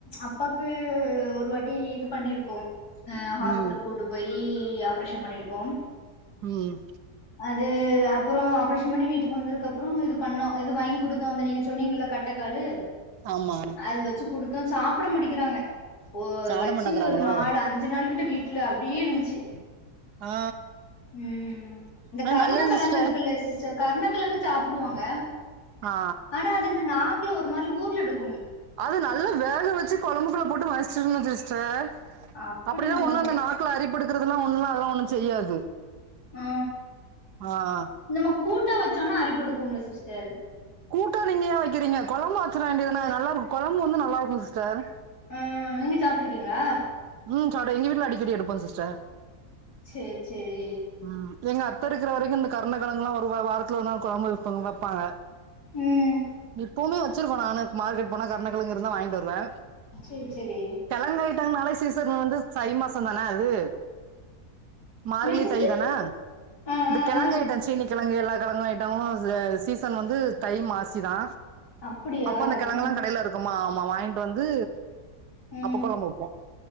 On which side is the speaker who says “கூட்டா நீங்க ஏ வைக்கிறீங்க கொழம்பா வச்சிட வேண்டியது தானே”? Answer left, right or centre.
Right